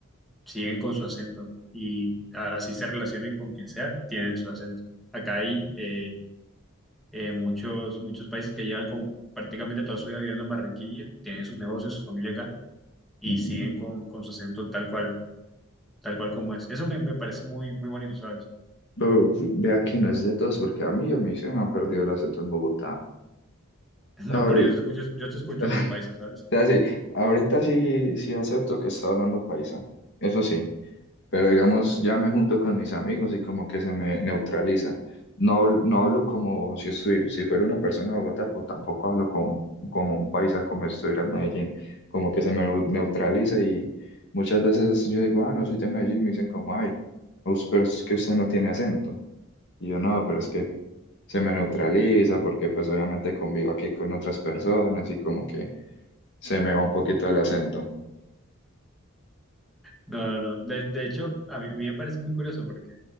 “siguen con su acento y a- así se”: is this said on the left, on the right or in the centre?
Centre